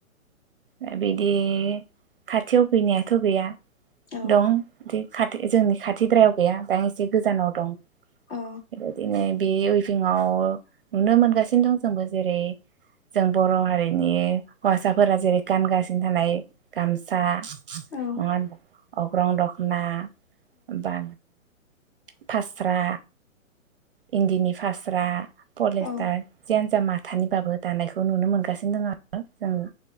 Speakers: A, on the right; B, on the left.
A: ओ बिदि खाथियाव गैनायाथ' गैया।
B: औ
A: दं दि खाथि जोंनि खाथिद्रायाव गैया दां एसे गोजानाव दं।
B: औ
A: बेबायदिनो बे भिंआव नुनो मोनगासिनो दं जोंबो जेरै जों बर' हारिनि हौवासाफोरा जेरै गानगासिनो थानाय गामसा
B: औ
A: नङा होनबा? अग्रं दखना बा फास्रा इन्दिनि फास्रा पलिस्टार
B: औ
A: जेन जा मा थानिबाबो दानायखौ नुनो मोनगासिनो दंङ आरो जोंङो